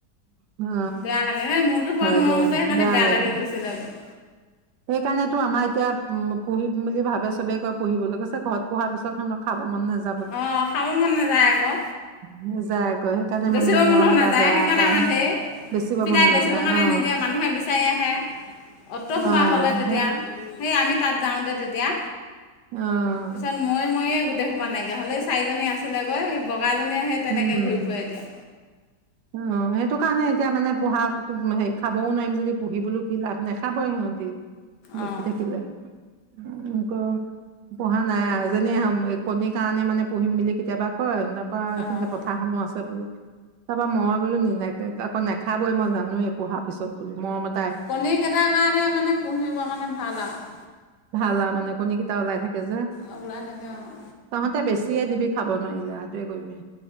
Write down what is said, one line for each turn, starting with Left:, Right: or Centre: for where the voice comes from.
Right: অ
Left: বেয়া লাগে, এই মুৰ্গী সোপা
Right: হয়
Left: মৰোতে
Right: দে
Left: সেইকাৰণে বেয়া
Right: লাগে
Left: লাগি গৈছিলেগৈ আৰু।
Right: সেইকাৰণেতো আমাৰ এতিয়া উম, পুহিম বুলি ভাবে চবে কয় পুহিবলৈ কৈছে ঘৰত পুহাৰ পিছত খাব মন নাযায়।
Left: অ', খাব মন নাযায় আকৌ।
Right: নেযায় আকৌ। সেইকাৰণে
Left: বেচিব
Right: মানে
Left: মনো
Right: মৰম এটা
Left: নাযায়,
Right: দয়া
Left: সেইকাৰণে
Right: এটা
Left: আমাৰ
Right: আহে
Left: ধেৰ।
Right: বেচিব
Left: পিতাই
Right: মন নাযায়
Left: বেচিবৰ কাৰণে
Right: অ
Left: নিদিয়ে মানুহে বি ছাৰি আহে। অ'ত সোপা
Right: অ
Left: হ'লে তেতিয়া,
Right: সেই
Left: সেই আমি তাত যাওঁতে তেতিয়া।
Right: অ'।
Left: পিছত মৰি, মৰিয়ে গোটেই সোপা নাইকিয়া হ'ল। চাৰিজনী আছিলেগৈ এই বগাজনীয়ে সেই তেনেকে
Right: উম
Left: ঘূৰি ফুৰে এতিয়া।
Right: অ', সেইটো কাৰণে এতিয়া মানে পোহা খাবওঁ নোৱাৰিম যদি পুহি বোলো কি লাভ নাখাবয়ে ইহঁতি। দেখি
Left: অঁ
Right: থাকিলে <unintelligible> পুহা নাই আৰু। এজনী হেয়া কণীৰ কাৰণে মানে পুহিম বুলি কেতিয়াবা কয়, তাৰপা
Left: অঁ
Right: এতিয়া পথাৰখনো আছে বোলো, তাৰপা মই বোলো <unintelligible> নাখাবই, মই জানোৱেই পুহাৰ পিছত বোলো মৰমত।
Left: কণীকেইটাৰ কাৰণে মানে পুহিবৰ কাৰণে ভাল আৰু।
Right: ভাল আৰু মানে কণী কেইটা ওলাই থাকে যে।
Left: অ', ওলাই থাকে অ'।
Right: তহঁতে বেছিয়ে দিবি খাবলৈ নোৱাৰিলে সেইটোৱে কৰিবি।